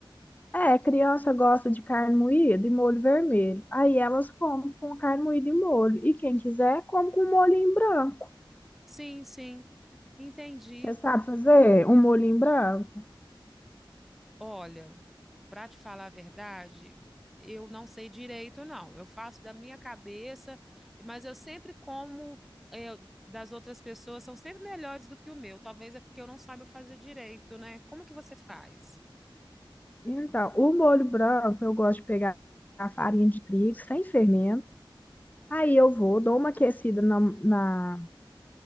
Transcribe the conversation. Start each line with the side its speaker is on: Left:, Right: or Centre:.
Left: É, criança gosta de carne moída e molho vermelho. Aí elas comem com carne moída e molho. E quem quiser, come com molhinho branco.
Centre: Sim, sim, entendi.
Left: Você sabe fazer um molhinho branco?
Centre: Olha, para te falar a verdade, eu não sei direito, não. Eu faço da minha cabeça, mas eu sempre como é, das outras pessoas, são sempre melhores do que o meu. Talvez é porque eu não saiba fazer direito, né? Como que você faz?
Left: Então, o molho branco, eu gosto de pegar a farinha de trigo sem fermento. Aí eu vou, dou uma aquecida na, na